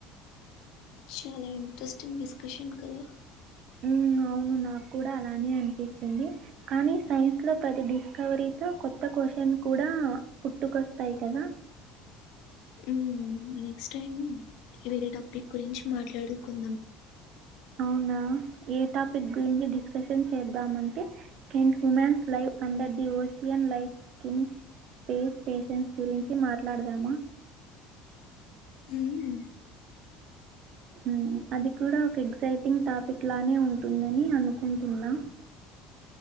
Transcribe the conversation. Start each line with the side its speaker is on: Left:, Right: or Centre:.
Left: చాలా ఇంటరెస్టింగ్ డిస్కషన్ కదా
Right: ఉమ్ అవును నాకు కూడా అలానే అనిపించింది కానీ సైన్స్ లో ప్రతి డిస్కవరీతో కొత్త క్వశ్చన్ కూడా పుట్టుకొస్తాయి కదా
Left: ఉమ్ నెక్స్ట్ టైమ్ వేరే టాపిక్ గురించి మాట్లాడుకుందాం
Right: అవునా ఏ టాపిక్ గురించి డిస్కషన్ చేద్దామంటే can humans live under the ocean life కిన్ space stations గురించి మాట్లాడదామా
Left: ఉమ్
Right: ఉమ్ అది కూడా ఒక ఎక్సైటింగ్ టాపిక్ లానే ఉంటుందని అనుకుంటున్నా